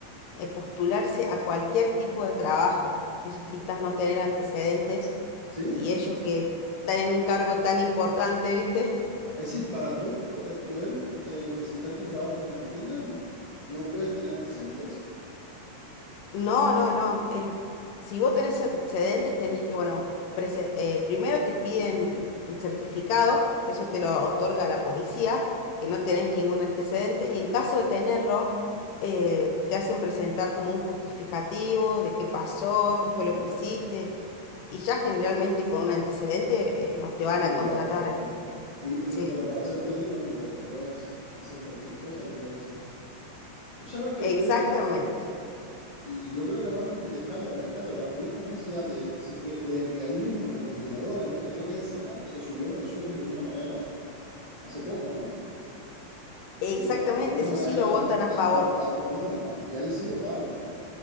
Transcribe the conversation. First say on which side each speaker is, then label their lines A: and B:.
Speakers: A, on the left; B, on the left.
A: eh, postularse a cualquier tipo de trabajo necesitas no tener antecedentes
B: Sí,
A: y ellos que están en un cargo tan importante, ¿viste? <laughs>
B: es decir, para tú po- poder eh, presentarte un trabajo en Argentina, no puedes tener antecedentes.
A: No, no, no. eh, si vos tenés antecedentes, tenés que, bueno, prese- eh, primero te piden el certificado, que eso te lo otorga la policía, que no tenés ningún antecedente, y en caso de tenerlo, eh, te hacen presentar como un justificativo de qué pasó, qué fue lo
B: Buah,
A: que hiciste, y ya generalmente con un antecedente, eh, no te
B: es complicado,
A: van a contratar.
B: es complicado. Y entonces,
A: Sí,
B: pero para ser político no importa, puedes hacer cualquier cosa que puedes. Tú sabes que
A: exactamente.
B: yo vi, Y yo creo que van de escándalo en escándalo. Vi una noticia de, se- que, de que ahí mismo los legisladores, no sé, creo que es el Senado, se subieron el sueldo de una manera, hace poco, ¿no?
A: Exactamente,
B: De una, de una
A: eso
B: manera
A: sí lo votan a
B: astro-
A: favor.
B: astronómica. Y ahí sí votaron.